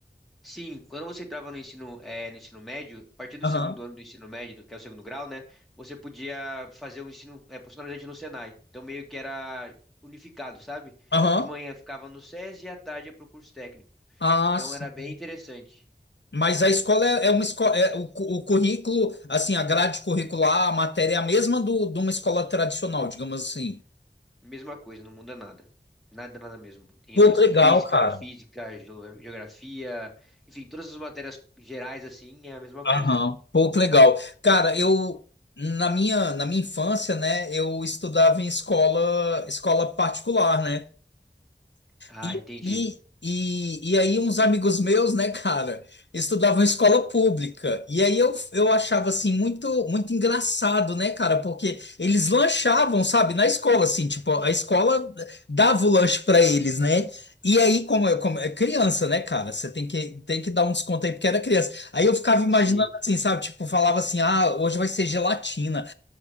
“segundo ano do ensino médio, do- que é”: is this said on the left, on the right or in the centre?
Centre